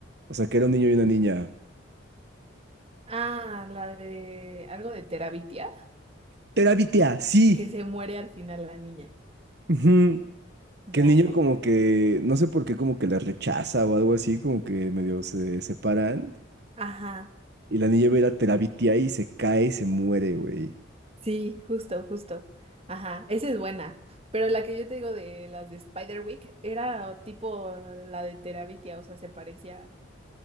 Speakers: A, on the right; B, on the right.
A: O sea, que era un niño y una niña.
B: Ah, la de algo de Terabitia,
A: ¡Terapia! ¡Sí!
B: que se muere al final la niña.
A: Ujú.
B: Ya,
A: Que el niño
B: ya,
A: como
B: ya.
A: que, no sé por qué, como que la rechaza o algo así, como que medio se separan.
B: Ajá,
A: Y la niña ve a la Terabitia y se cae y se muere, güey.
B: sí, justo, justo. Ajá, esa es buena. Pero la que yo te digo de las de Spiderwick era tipo la de Terabitia, o sea, se parecía.